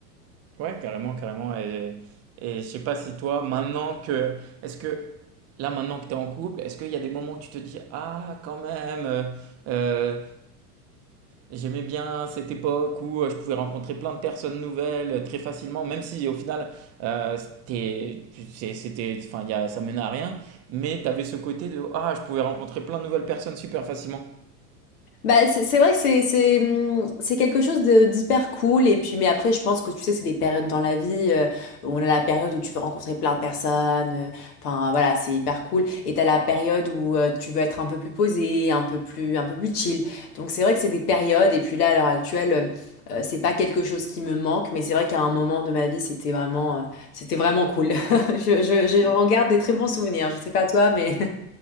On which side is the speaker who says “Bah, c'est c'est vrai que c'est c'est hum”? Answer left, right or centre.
Left